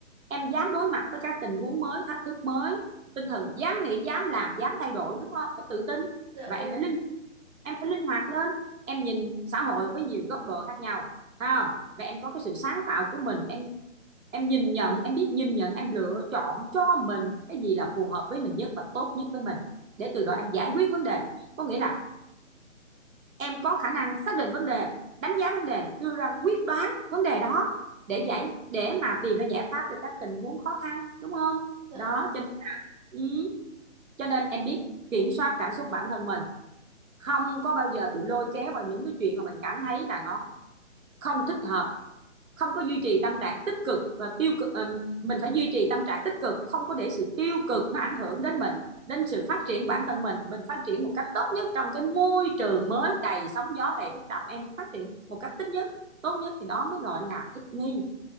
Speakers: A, on the right (about 80°); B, on the right (about 30°).
A: em dám đối mặt với các tình huống mới thách thức mới tinh thần dám nghĩ dám làm dám thay đổi đúng không phải tự tin
B: Dạ
A: và
B: vâng.
A: em phải linh em phải linh hoạt lên em nhìn xã hội với nhiều góc độ khác nhau ha và em có cái sự sáng tạo của mình em em nhìn nhận em biết nhìn nhận em lựa chọn cho mình cái gì là phù hợp với mình nhất và tốt nhất với mình để từ đó em giải quyết vấn đề có nghĩa là em có khả năng xác định vấn đề đánh giá vấn đề đưa ra quyết đoán vấn đề đó để giải để mà tìm ra giải pháp cho các tình huống khó khăn đúng không
B: Dạ
A: đó
B: vâng.
A: cho, nên, ừ, cho nên em biết kiểm soát cảm xúc bản thân mình không có bao giờ bị lôi kéo vào những cái chuyện mà mình cảm thấy là nó không thích hợp không có duy trì tâm trạng tích cực và tiêu cực ừm, mình phải duy trì tâm trạng tích cực không có để sự tiêu cực nó ảnh hưởng đến mình đến sự phát triển bản thân mình mình phát triển một cách tốt nhất trong cái môi trường mới đầy sóng gió đầy phức tạp em phát triển một cách tích nhất tốt nhất thì đó mới gọi là thích nghi